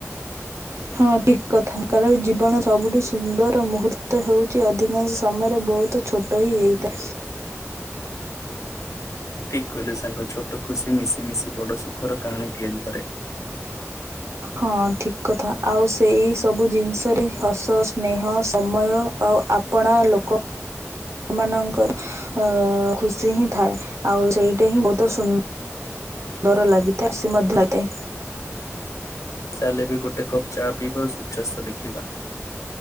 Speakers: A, on the right; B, on the left.
A: ହଁ ଠିକ୍ କଥା କାରଣ ଜୀବନ ସବୁଠୁ ସୁନ୍ଦର ମୁହୂର୍ତ୍ତ ହେଉଛି ଅଧିକାଂଶ ସମୟରେ ବହୁତ ଛୋଟ ହି ହୋଇତା
B: ଠିକ୍ କହିଲେ ସାଙ୍ଗ ଛୋଟ ଖୁସି ମିଶି ମିଶି ବଡ ସୁଖର କାହାଣୀ ତିଆରି କରେ।
A: ହଁ ଠିକ୍ କଥା ଆଉ ସେଇ ସବୁ ଜିନିଷରେ ହସ ସ୍ନେହ ସମୟ ଆଉ ଆ ପଣା ଲୋକ ମାନଙ୍କର ଅ ଖୁସି ହିଁ ଥାଏ ଆଉ ସେଇଟା ହିଁ ବହୁତ ସୁନ୍ଦ ଡର ଲାଗିଥାଏ ସି ମଧ୍ୟତେ
B: ଚାଲେ ଏବେ ଗୋଟେ କପ୍ ଚା ପିବା ସୂର୍ଯ୍ୟାସ୍ତ ଦେଖିବା।